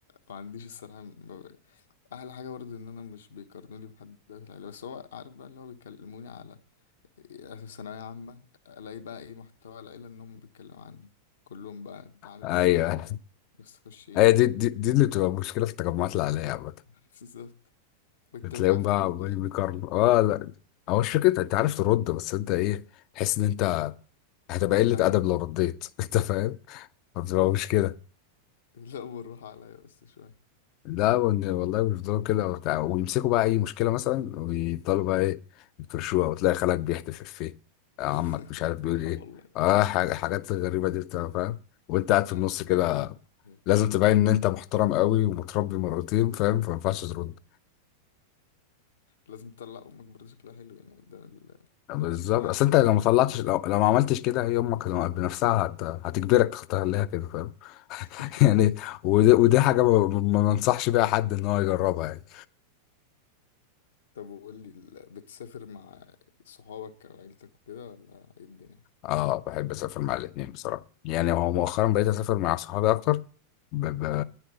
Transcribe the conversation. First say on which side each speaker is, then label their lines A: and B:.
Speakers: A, on the left; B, on the left.
A: ما عنديش الصراحة ما ب- أحلى حاجة برضه إن أنا مش بيقارنوني بحد ده في العيلة بس هو عارف بقى اللي هو بيكلموني على أساس ثانوية عامة ألاقي بقى إيه محتوى العيلة إنهم بيتكلموا عني كلهم بقى أنت عامل
B: ايوه
A: إيه في الثانوية العامة بس تخش إيه
B: هي دي دي, دي اللي بتبقى مشكله في التجمعات العائليه عامه
A: <laughs> بالظبط وأنت
B: بتلاقيهم
A: مش عارف
B: بقى
A: ترد
B: عمالين بيكرموا اه لا هو مش فكرة انت عارف ترد بس انت ايه تحس ان انت هتبقى قلة
A: ايوه
B: أدب
A: <laughs>
B: لو رديت <laughs> انت فاهم؟ فبتبقى مش كده
A: لا بالراحه عليا بس شويه
B: لا وإن- والله بيفضلوا كده وبتاع ويمسكوا بقى أي مشكلة مثلا ويفضلوا بقى إيه يفرشوها وتلاقي خالك بيحتف إفيه آه،
A: <laughs>
B: عمك مش عارف بيقول
A: اه
B: إيه
A: والله
B: آه حاج- حاجات غريبة دي بتبقى فاهم وأنت قاعد في
A: لا
B: النص
A: أخويا
B: كده
A: كنت-
B: لازم تبين إن أنت محترم قوي ومتربي مرتين فاهم فما ينفعش ترد
A: لازم تطلع امك برضه شكلها حلو يعني قدام ال
B: بالظبط
A: أنا
B: اصل انت لو
A: عارف
B: ما
A: تربي
B: طلعتش لو,
A: يعني
B: لو ما عملتش كده هي امك لو بنفسها هت... هتجبرك تخليها كده فاهم
A: <laughs>
B: <laughs> يعني ودي, ودي حاجه ما ما- ما انصحش بيها حد ان هو يجربها يعني
A: طب وقول لي ال- بتسافر مع صحابك او عيلتك وكده ولا ايه الدنيا
B: اه بحب اسافر مع الاثنين بصراحه يعني هو مؤخرا
A: م-
B: بقيت اسافر مع صحابي اكتر ب... ب...
A: م.